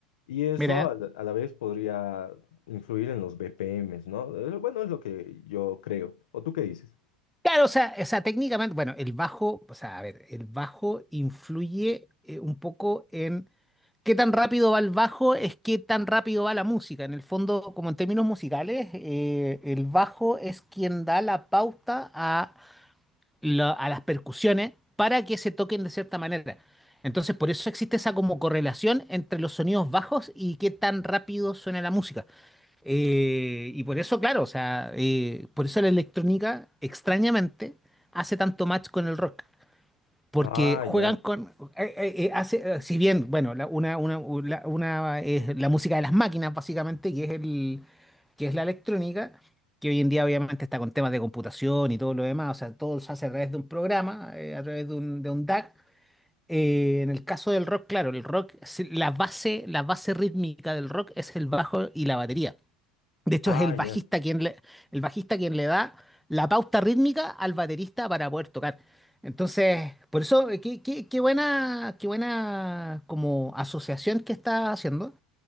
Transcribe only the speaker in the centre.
mira. ¿eh?
Claro, o sea, o sea, técnicamente, bueno, el bajo, o sea, a ver, el bajo influye eh, un poco en qué tan rápido va el bajo es qué tan rápido va la música. En el fondo, como en términos musicales, eh, el bajo es quien da la pauta a, la- a las percusiones para que se toquen de cierta manera. Entonces, por eso existe esa como correlación entre los sonidos bajos y qué tan rápido suena la música. Eh, y por eso, claro, o sea, eh, por eso la electrónica, extrañamente, hace tanto match con el rock porque
juegan
con, eh, eh, eh, hace, eh, si bien, bueno, la, una, una, una, una es la música de las máquinas, básicamente, que es el, que es la electrónica, que hoy en día obviamente está con temas de computación y todo lo demás, o sea, todo se hace a través de un programa, eh, a través de un, de un DAC. Eh, en el caso del rock, claro, el rock, si- la base, la base rítmica del rock es el bajo y la batería. De hecho,
es el
bajista quien le, el bajista quien le da la pauta rítmica al baterista para poder tocar. Entonces, por eso, eh, qué, qué- qué buena, qué buena como asociación que está haciendo